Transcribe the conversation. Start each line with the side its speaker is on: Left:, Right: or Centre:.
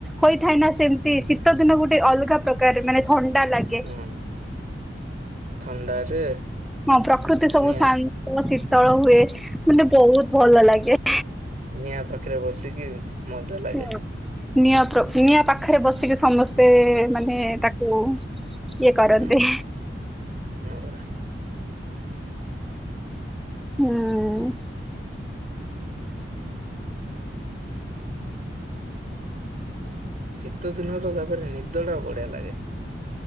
Centre: ହୋଇଥାଏ ନା ସେମତି ଶୀତ ଦିନ ଗୋଟେ ଅଲଗା। ପ୍ରକାର ମାନେ ଥଣ୍ଡା ଲାଗେ।
Right: ହୁଁ ଥଣ୍ଡାରେ
Centre: ହଁ ପ୍ରକୃତି ସବୁ
Right: ନିଆଁ
Centre: ଶାନ୍ତ ଶୀତଳ ହୁଏ ମାନେ ବହୁତ ଭଲ ଲାଗେ।
Right: ନିଆଁ ପାଖରେ ବସିକି ମଜା ଲାଗେ।
Centre: ହୁଁ। ନିଆଁ ନିଆଁ ପାଖରେ ବସିକି ସମସ୍ତେ ମାନେ ତାକୁ- ଇଏ କରନ୍ତି।
Right: ହୁଁ ହଁ ପରା।
Centre: ହୁଁ।
Right: ଶୀତଦିନର ତାପରେ ନିଦ ଟା ବଢ଼ିଆ ଲାଗେ।